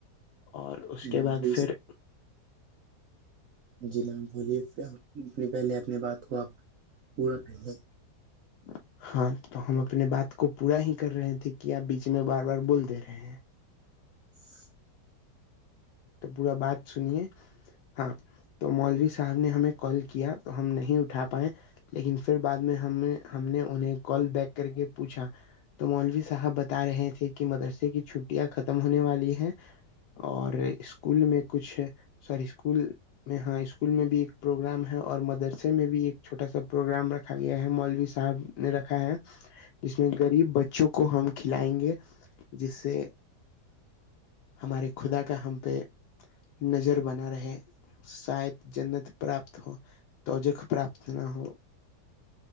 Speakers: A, on the left; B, on the right.
A: اور اس کے
B: مولوی
A: بعد پھر
B: جی بولیے اپنی پہلے اپنی بات کو آپ پورا کر لیں
A: <unintelligible> ہاں تو ہم اپنے بات کو پورا ہی کر رہے تھے کہ آپ بیچ میں بار بار بول دے رہے ہیں
B: <unintelligible>
A: تو پورا بات سنیے ہاں تو مولوی صاحب نے ہمیں کال کیا تو ہم نہیں اٹھا پائے لیکن پھر بعد میں ہم نے ہم نے انہیں کال بیک کر کے پوچھا تو مولوی صاحب ب رہے تھے کہ مدرسے کی چھٹیاں ختم ہونے والی ہیں اور اسکول میں کچھ ساری اسکول میں ہاں اسکول میں بھی ایک پروگرام ہے اور مدرسے میں بھی ایک چھوٹا سا پروگرام رکھا گیا ہے مولوی صاحب نے رکھا ہے جس میں غریب بچوں کو ہم کھلائیں گے جس سے ہمارے خدا کا ہم پہ نظر بنا رہے شاید جنت پراپت ہو توجک پراپت نہ ہو